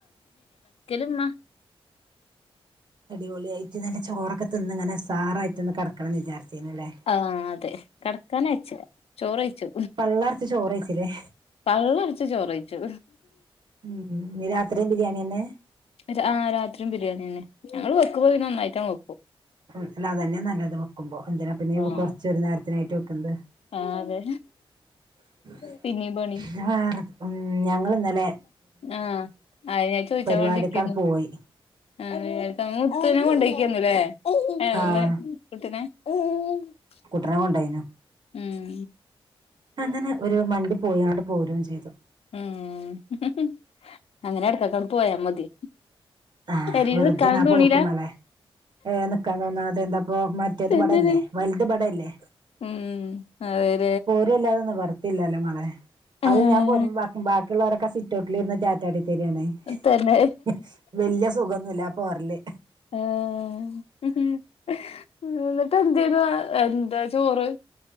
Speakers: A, on the left; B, on the right.
A: <unintelligible>
B: അടിപൊളിയായിയിട്ട് നല്ല ചോറൊക്കെ തിന്ന്ങ്ങനെസാറായിട്ടൊന്ന് കട്ക്കണം വിചാരിച്ചീന്നു ലെ?
A: ആഹ് അതെ കെട്ക്കാനയ്ച്ചില്ല ചോറെയ്ച്ചു.
B: പള്ള നെറച്ച് ചോറ് കഴിച്ചില്ലേ
A: പള്ളറച്ച് ചോറെയ്ച്ചു.
B: ഉം ഉം ഞ്ഞി രാത്രിയും ബിരിയാണിന്നെ?
A: ച്ച് ആ രാത്രിയും ബിരിയാണിന്നെ ഞങ്ങള് വെക്ക്മ്പോന്നെ ഒന്നായിറ്റ് അങ്ങ് വെക്കും.
B: ഉം ല്ലാതന്നെ നല്ലത് വെക്കുമ്പോ എന്തിനാ പിന്നെ
A: ആഹ്
B: കുറച്ചൊരു നേരം എത്തിനായിട്ട് വെക്കുന്നത്
A: ആ അതെ
B: <unintelligible>
A: പിന്നീം പണി
B: ഞങ്ങള് ന്നലെ
A: ആഹ് അത് ഞാൻ ചോയിച്ചാൻ
B: പരിവാടിക്കാണ്ട്
A: വേണ്ടിരിക്കായിരുന്നു
B: പോവെയ് ന്
A: <unintelligible> ഉം
B: ആഹ് കുട്ട്നെ കൊണ്ടായ്നു
A: ഉം
B: അങ്ങനെ ഒരു മണ്ടി പോയ് ങ്ങാണ്ട് പോരേം ചെയ്തു.
A: ഉംഹ് ഹ് ഹ് അങ്ങനെ ട്ക്കൊക്കെആ ണ്ട് പോയാ മതി.
B: ആഹ്
A: പെരേല്
B: വെറുതെണാ
A: നിക്കാനൊന്നും തോണീല
B: പോക്ക് മളെ ഏ നിക്കാന്ന് തോന്നാ അതെന്താപ്പൊ മറ്റേത്
A: തന്നെല്ലേ
B: ബടല്ലേ. വൽത് ബടല്ലേ.
A: ഉം അതെ
B: പോരല്ലാതെ നിവർത്തില്ലല്ലോ മളെ.
A: ആഹ്
B: അത് ഞാൻ പോരുമ്പോ <unintelligible> ബാക്കിയുള്ളവരൊക്കെ സിറ്റട്ടിലീ രിന്ന് റ്റാറ്റാടി തരിയണേ
A: തന്നെ
B: <unintelligible> വലിയ സുഖൊന്നുല്ല ആ പോരല്
A: ആഹഉം ഉം എന്നിട്ട് എന്ത യന്നു എന്താ ചോറ്